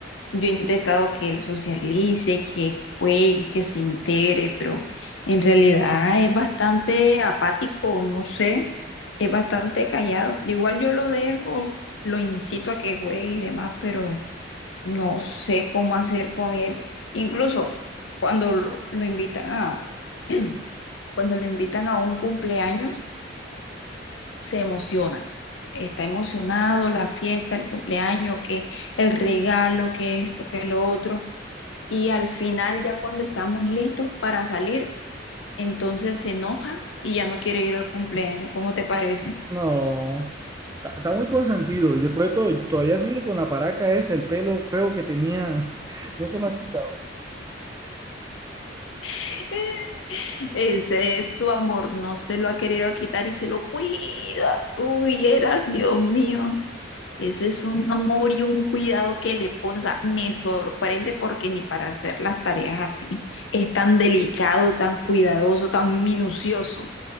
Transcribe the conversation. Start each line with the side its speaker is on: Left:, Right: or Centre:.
Left: yo he intentado que él socialice, que juegue, que se integre, pero en realidad es bastante apático, no sé, es bastante callado. Igual yo lo dejo, lo incito a que juegue y demás, pero no sé cómo hacer con él. Incluso cuando lo, lo invitan a, <clears throat> cuando lo invitan a un cumpleaños se emociona. Está emocionado, la fiesta, el cumpleaños, que el regalo, que esto, que lo otro. Y al final, ya cuando estamos listos para salir, entonces se enoja y ya no quiere ir al cumpleaños. ¿Cómo te parece?
Right: No, está, está muy consentido. Y después de todo, y todavía sigue con la paraca esa, el pelo feo que tenía. <laughs> No se lo has quitado.
Left: <laughs> Ese es su amor, no se lo ha querido quitar y se lo cuida tú y eras, Dios mío. Eso es un amor y un cuidado que le pone, o sea, me sorprende porque ni para hacer las tareas así es tan delicado, tan cuidadoso, tan minucioso.